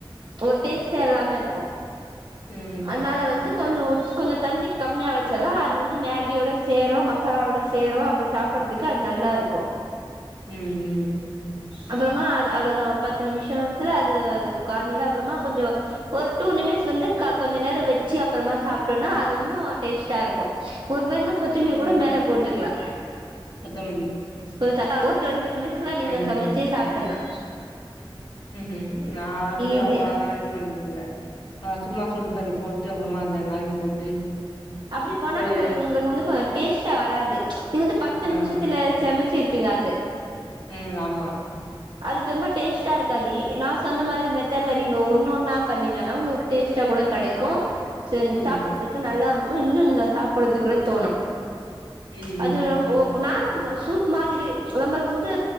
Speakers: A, on the right (about 60°); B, on the left (about 60°).
A: ஒரு டேஸ்ட்டா இல்லாமே இருக்கு
B: ம்
A: அன்னால வந்து கொஞ்சோ கொஞ்ச தண்ணி கம்மியா வச்சாதா அது வந்து மேகியோட சேரு மசாலாவோட சேரு அப்ப சாப்படுறதுக்கு அது நல்லா இருக்கு
B: ம் ம்
A: அப்புறமா அது அவ்வளவுதா ஒரு பத்து நிமிஷத்துல அது காஞ்சிடு அப்பறமா கொஞ்சோ ஒரு டூ நிமிட்ஸ் வந்து க கொஞ்ச நேர வெச்சு அப்புறமா சாப்ட்டோன்னா அது இன்னு டேஸ்ட்டா இருக்கு ஒரு பேர் இன்னு கொத்தமீர்
B: ம்.
A: கூட மேல போட்டுக்கலா
B: கொத்தமல்லி
A: <inaudible> ஒரு டொண்டி நிமிஸ்ல நீங்க
B: ம்,
A: சமைச்சு சாப்பல்லா
B: ம் ம் நா வந்து
A: இது
B: அவ்லல்லா பண்றதுல்லா நா சும்மா சுட் தண்ணி போட்டு அப்புறமா அந்த மேகி போட்டு
A: அப்படி போனா
B: ஒரு
A: உங்களுக்கு உங்களுக்கு வந்து டேஸ்ட்டா வராது வந்து பத்து
B: அ,
A: நிமிஷத்துல சமைச்சிருப்பீங்க அது
B: ம் ஆமா
A: அது ரொம்ப டேஸ்டா இருக்காது நா சொன்ன மாரி மெத்தட்ல நீங்க ஒண்ணு ஒண்ணா பண்ணீங்கன்னா உங்களுக்கு டேஸ்ட்டா கூட கெடைக்கு சரிங்
B: ம்,
A: சாப்படறதுக்கு நல்லா இருக்கு இன்னு நீங்க சாப்படறதுக்கு கூட தோணு
B: ம்.
A: அது ஒ நானு ஒ சூப் மாதிரி நமக்கு வந்து